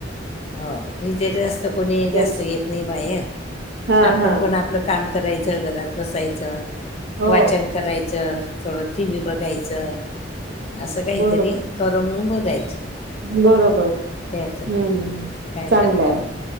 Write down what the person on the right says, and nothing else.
तेच.
हा
हा.
हो
बरोबर
बरोबर
हम्
चांगलं
आहे